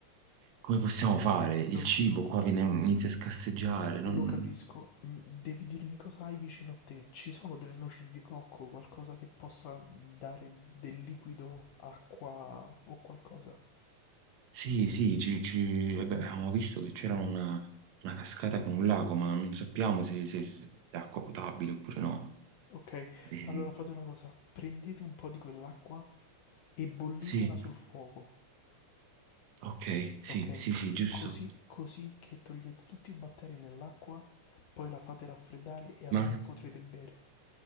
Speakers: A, on the right (about 75°); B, on the left (about 75°).
A: come possiamo fare, il
B: Non
A: cibo
B: ti preoccupare.
A: qua viene, inizia a scarseggiare, non...
B: Lo capisco, mm, devi dirmi cosa hai vicino a te. Ci sono delle noci di cocco, qualcosa che possa dare del liquido, acqua o qualcosa?
A: Sì, sì, ci, ci- vabbè, avevamo visto che c'era una, una cascata con un lago, ma non sappiamo se, se- se è acqua potabile oppure no.
B: Ok,
A: E-
B: allora fate una cosa, prendete un po' di quell'acqua e bollitela
A: sì,
B: sul fuoco,
A: ok, sì,
B: ok?
A: sì, sì, giusto.
B: Così, così che togliete tutti i batteri nell'acqua, poi la fate raffreddare e almeno
A: Ma
B: potrete bere.